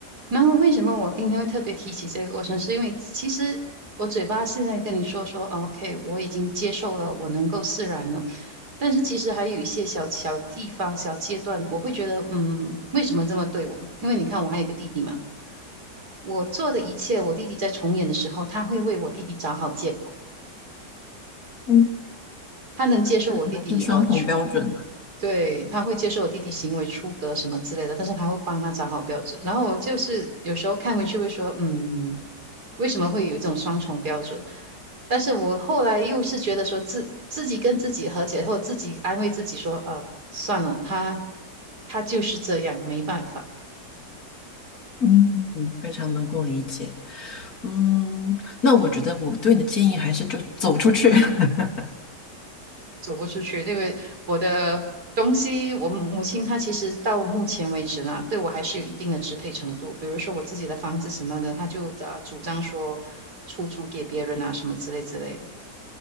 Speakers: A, on the right (about 65°); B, on the left (about 55°).
A: 然后为什么我今天会特别提起这个过程，是因为其实我嘴巴现在跟你说说 o k 我已经接受了，我能够释然了。但是其实还有一些小小地方、小阶段，我会觉得，嗯，为什么这么对我？因为你看，我还有一个弟弟嘛，我做的一切，我弟弟在重演的时候，他会为我弟弟找好借口，
B: 嗯。
A: 他能接受我弟弟呃出
B: 那可能是双重标准。
A: 对，他会接受我弟弟行为出格什么之类的，但是他会帮他找好标准。然后我就是有时候看回去会说，嗯，为什么会有一种双重标准？但是我后来又是觉得说自自己跟自己和解，或者自己安慰自己说，呃，算了，他他就是这样，没办法。
B: 嗯，嗯非常能够理解。嗯，那我觉得我对你的建议还是就走出去。<laughs>
A: 走不出去，因为我的东西，我母母亲她其实到目前为止呢，对我还是有一定的支配程度。比如说我自己的房子什么的，她就呃主张说出租给别人啊，什么之类之类的，